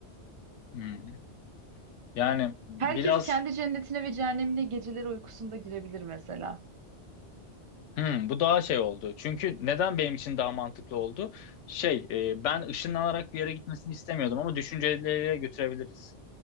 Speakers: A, on the left; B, on the right.
A: Hmm. yani biraz
B: Herkes kendi cennetine ve cehennemine geceleri uykusunda girebilir mesela.
A: Hmm, bu daha şey oldu. Çünkü neden benim için daha mantıklı oldu? Şey e, ben ışınlanarak bir yere gitmesini istemiyordum ama düşünceleriyle götürebiliriz.